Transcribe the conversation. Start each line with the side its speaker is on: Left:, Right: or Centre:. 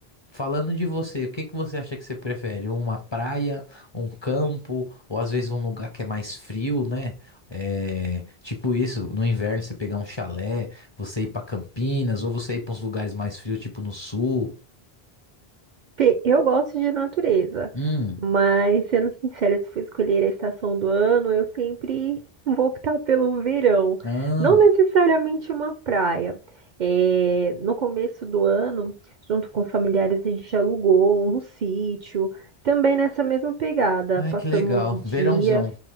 Left: falando de você, o que que você acha que você prefere? Uma praia, um campo, ou às vezes um lugar que é mais frio, né? É, tipo isso, no inverno você pegar um chalé, você ir pra Campinas, ou você ir pra uns lugares mais frios, tipo no sul.
Right: Pe- Eu gosto de natureza,
Left: Hum,
Right: mas sendo sincera, se for escolher a estação do ano, eu sempre vou optar pelo verão.
Left: ah,
Right: Não necessariamente uma praia. É, no começo do ano, junto com familiares, a gente alugou um sítio, também nessa mesma pegada.
Left: ai
Right: Passamos
Left: que legal.
Right: dias
Left: Verãozão.